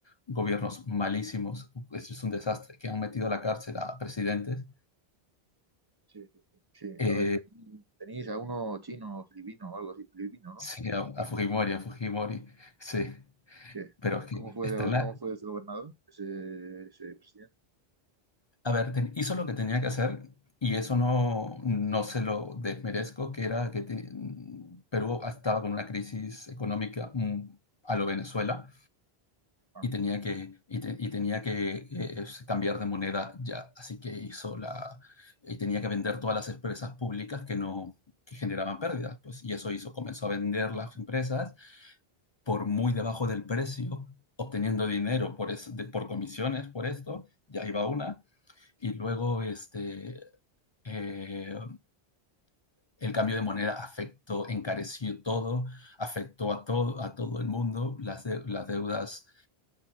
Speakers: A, on the left; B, on the right.
A: gobiernos malísimos, esto es un desastre, que han metido a la cárcel a presidentes,
B: Sí, sí, sí. Sí,
A: eh,
B: a ver, tení- tenéis a uno chino, filipino o algo así, filipino, ¿no?
A: sí, a, a Fujimori, a Fujimori, sí,
B: ¿Qué?
A: pero es que
B: ¿Cómo fue,
A: está en la...
B: cómo fue ese gobernador, ese, ese presidente?
A: A ver, ten- hizo lo que tenía que hacer y eso no, no se lo desmerezco, que era que te- Perú estaba con una crisis económica mm, a lo Venezuela
B: Ah,
A: y tenía
B: sí.
A: que, y te- y tenía que eh, cambiar de moneda ya. Así que hizo la, y tenía que vender todas las empresas públicas que no, que generaban pérdidas, pues, y eso hizo, comenzó a vender
B: Ah.
A: las empresas por muy debajo del precio, obteniendo dinero por, es- de- por comisiones, por esto, ya iba una, y luego este, eh, el cambio de moneda afectó, encareció todo, afectó a todo, a todo el mundo, las, de- las deudas